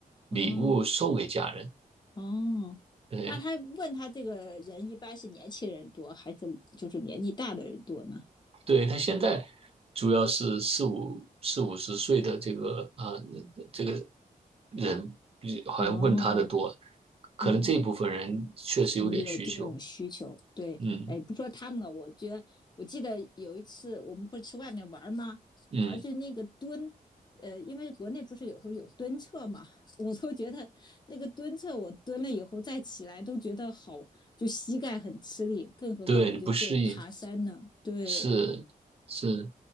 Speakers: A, on the right; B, on the left.
A: 礼物送给家人。
B: 哦哦，
A: 对，
B: 那他问他这个人一般是年轻人多还是就是年纪大的人多呢？
A: 对，他现在主要是四五四五十岁的这个啊、呃这个人，好像问他的多，
B: 哦哦。
A: 可能这部分人确实有点需求。
B: 哦可能有这种需求。对，
A: 嗯
B: 哎，不说他们了，我觉得我记得有一次我们不是去外面玩吗？
A: 嗯，
B: 啊，就那个蹲，呃，因为国内不是有时候有蹲厕嘛，我都觉得那个蹲厕我蹲了以后再起来都觉得好，就膝盖很吃力，更何况我觉得这种爬山呢，
A: 对，你不适应。
B: 对，
A: 是是，